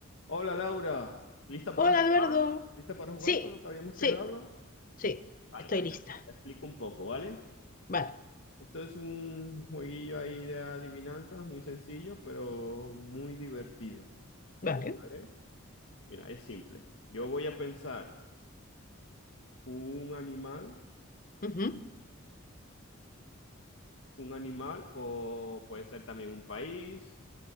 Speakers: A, on the left (about 65°); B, on the left (about 40°).
A: Hola Laura, ¿lista
B: Hola,
A: para jugar?
B: Eduardo.
A: ¿Lista para jugar
B: Sí,
A: con lo que habíamos
B: sí,
A: quedado?
B: sí,
A: Vale,
B: estoy
A: pues
B: lista.
A: te, te explico un poco, ¿vale?
B: Vale,
A: Esto es un jueguillo ahí de adivinanzas, muy sencillo, pero muy divertido,
B: vale,
A: ¿vale? Mira, es simple. Yo voy a pensar un animal,
B: ujú,
A: un animal o puede ser también un país,